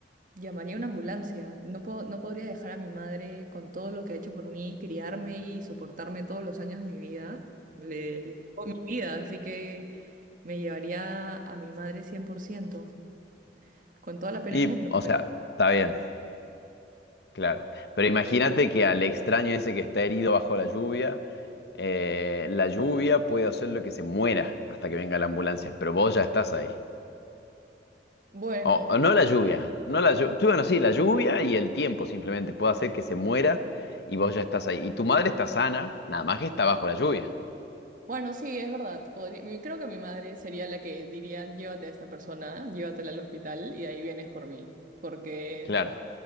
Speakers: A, on the right; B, on the left.
A: llamaría a una ambulancia. No puedo, no podría dejar a mi madre con todo lo que ha hecho por mí, criarme y soportarme todos los años de mi vida. Le, le debo mi vida, así que Me llevaría a mi madre 100% con toda la pena
B: Y,
A: del mundo,
B: o
A: pero
B: sea, está bien. Claro, pero imagínate que al extraño ese que está herido bajo la lluvia, eh, la lluvia puede hacerlo que se muera hasta que venga la ambulancia, pero vos ya estás ahí.
A: Bueno,
B: O, o no la lluvia, no la lluvia, bueno, sí, la lluvia y el tiempo simplemente puede hacer que se muera y vos ya estás ahí. Y tu madre está sana, nada más que está bajo la lluvia.
A: bueno, sí, es verdad. Podría- mi- creo que mi madre sería la que diría, llévate a esta persona, llévatela al hospital y ahí vienes por mí. Porque
B: Claro,